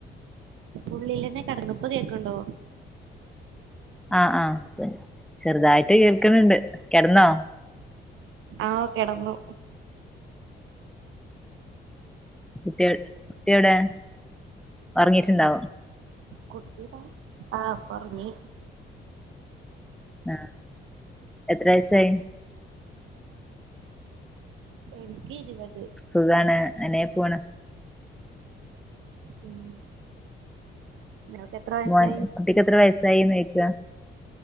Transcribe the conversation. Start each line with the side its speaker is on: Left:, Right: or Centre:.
Right: ഉുള്ളിൽന്നെ കടങ്ങിപ്പ് കേൾക്കണ്ടോ
Centre: ആഹ ആഹ ചെറുതായിട്ട് കേൾക്കണണ്ട് കിടന്നോ
Right: ആഹ കിടന്നു
Centre: കുട്ടിയ കുട്ടിയോടെ പറങ്ങിട്ടുണ്ടാവും
Right: കുട്ടിാ ആഹ് പറഞ്ഞി
Centre: ആഹ എത്ര വയസായി
Right: എനിക്ക് ഇരുപത്തി
Centre: സുഖാണ് അനെ പോണ്
Right: ഉം നിങ്ങൾക്ക് എത്ര വയസ്സായി
Centre: മോൻ കുട്ടക്ക് എത്ര വയസ്സായിന്ന് ചോിക്ക